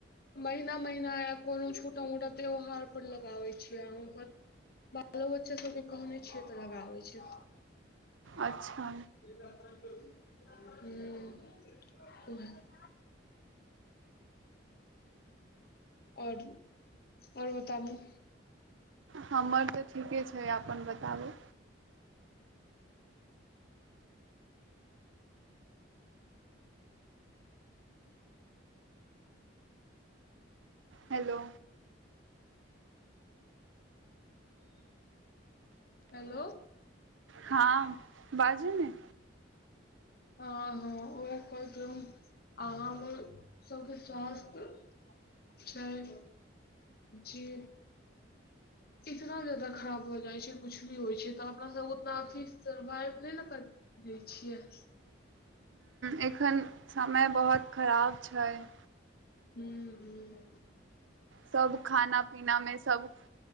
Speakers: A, on the left; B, on the right.
A: महिना - महिना या कोनो छोटा मोटा त्यौहार पर लगाबइ छियै, अहुं ब बालो बच्चा सबके कहने छियै, तऽ लगाबे छय।
B: अच्छा
A: हुं ओहे आओर- आओर बताबू
B: हमर तऽ, ठीके छय, अपन बताबू हेलो
A: हेलो
B: हँ बाजू ने
A: हँ -हँ उहै कहइत रहुं आ हमरो सबके स्वास्थ छय जै इतना जदा खराब भ जाइ छइ, कुछ भी होइ छय तऽ अपना सब उतना अथी सर्वाइव नए ने करत दै छियै
B: एखन समय बहुत खराब छय।
A: हू -हुं
B: सब खाना पीना मे सब